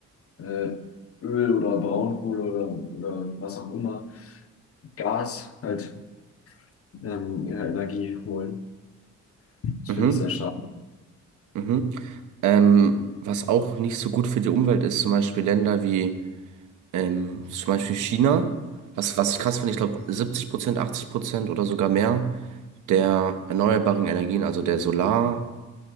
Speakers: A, on the left; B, on the right.
A: äh, Öl oder Braunkohle oder, oder was auch immer Gas halt ähm, ihre Energie holen. Das
B: mhm,
A: finde ich sehr schade.
B: mhm. Ähm, was auch nicht so gut für die Umwelt ist, zum Beispiel Länder wie ähm, zum Beispiel China. Was, was ich krass finde, ich glaube 70%, 80% oder sogar mehr der erneuerbaren Energien, also der Solar-